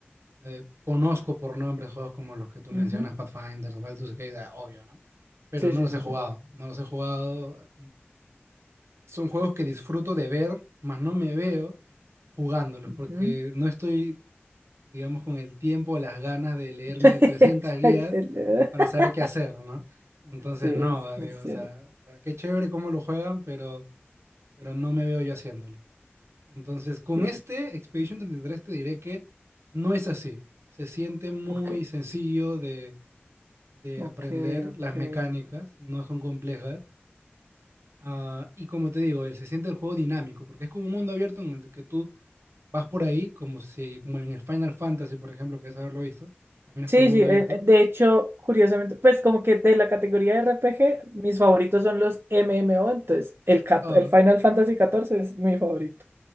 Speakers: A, on the right (about 85°); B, on the right (about 65°).
A: Eh, conozco por nombre juegos como los que tú mencionas,
B: ujú.
A: Pathfinder, Baldur's Gate, ah, obvio, ¿no? Pero
B: Sí,
A: no
B: sí,
A: los
B: sí,
A: he jugado,
B: sí.
A: no los he jugado. Son juegos que disfruto de ver, mas no me veo jugándolos
B: Ujú.
A: porque no estoy digamos, con el tiempo, las ganas de leerme
B: <laughs>
A: 300 guías
B: El teléfono.
A: para
B: <laughs>
A: saber qué hacer, ¿no? Entonces,
B: Sí,
A: no,
B: es, es
A: digo,
B: cierto.
A: o sea, o sea, qué chévere cómo lo juegan, pero, pero no me veo yo haciéndolo. Entonces, con
B: Sí.
A: este Expedition 33 te diré que no es así. Se siente muy
B: Ok,
A: sencillo de, de
B: ok,
A: aprender,
B: ok.
A: las mecánicas no son complejas. Ah, y como te digo, él, se siente el juego dinámico, porque es como un mundo abierto en el que tú Vas por ahí, como si, como en el Final Fantasy, por ejemplo, que es haberlo visto, caminas
B: Sí,
A: por el mundo
B: sí, eh,
A: abierto.
B: eh, de hecho, curiosamente, pues como que de la categoría de RPG, mis favoritos son los MMO, entonces el, cat-
A: Ah,
B: el Final Fantasy catorce es mi favorito.